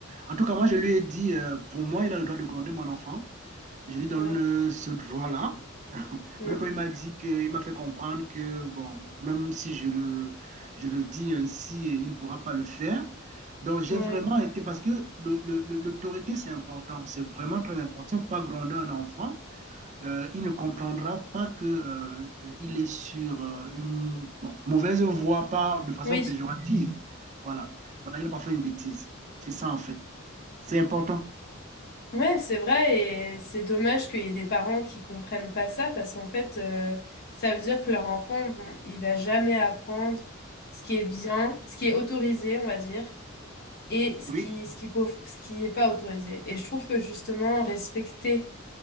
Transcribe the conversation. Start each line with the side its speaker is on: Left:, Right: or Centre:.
Right: En tout cas, moi, je lui ai dit, euh, pour moi, il a le droit de gronder mon enfant. Je lui donne
Left: Ouais.
Right: euh, ce droit là <laughs>
Left: Mmh.
Right: Mais quand il m'a dit que, il m'a fait comprendre que, bon, même si je le, je le dis ainsi, il ne pourra pas le faire. Donc, j'ai
Left: Ouais.
Right: vraiment été, parce que le- le- le- l'autorité, c'est important, c'est vraiment très important. Il ne faut pas gronder un enfant. Euh, il ne comprendra pas que euh, euh, il est sur euh, une bon, mauvaise voie, pas de façon
Left: Oui.
Right: péjorative. Voilà, voilà, il n'a pas fait une bêtise. C'est ça, en fait. C'est important.
Left: Ouais, c'est vrai et c'est dommage qu'il y ait des parents qui comprennent pas ça parce qu'en fait, euh, ça veut dire que leur enfant, bon, il va jamais apprendre ce qui est bien, ce qui est autorisé, on va dire, et ce
Right: Oui,
Left: qui, ce qui, peut- ce qui est pas autorisé. Et je trouve que justement, respecter